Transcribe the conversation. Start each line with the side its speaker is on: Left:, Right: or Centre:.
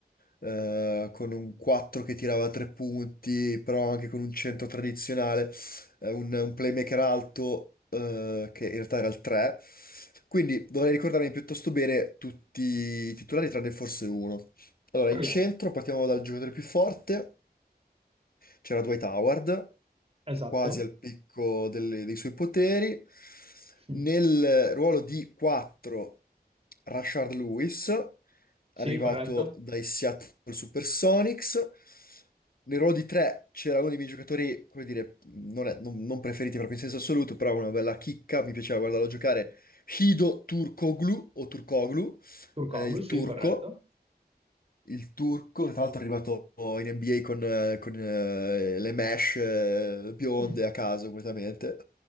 Left: eh, con un 4 che tirava 3 punti, però anche con un centro tradizionale, eh, un, un playmaker alto eh, che in realtà era il 3. Quindi dovrei ricordarmi piuttosto bene tutti i titolari tranne forse uno. Allora,
Right: Proviamo.
Left: in centro partiamo dal giocatore più forte, c'era Dwight Howard,
Right: Esatto.
Left: quasi al picco delle- dei suoi poteri.
Right: <laughs>
Left: Nel ruolo di 4, Rashard Lewis,
Right: Sì,
Left: arrivato
Right: corretto.
Left: dai Seattle Supersonics. Nel ruolo di 3 c'era uno dei miei giocatori, come dire, non, è- non- non preferiti proprio in senso assoluto, però una bella chicca, mi piaceva guardarlo giocare, Hido Turkoglu, o Turkoglu,
Right: Turkoglu,
Left: eh, il
Right: sì,
Left: turco
Right: corretto.
Left: il turco, che tra l'altro è arrivato in NBA con, eh, con, eh, le mesh eh, bionde
Right: <laughs>
Left: a caso completamente,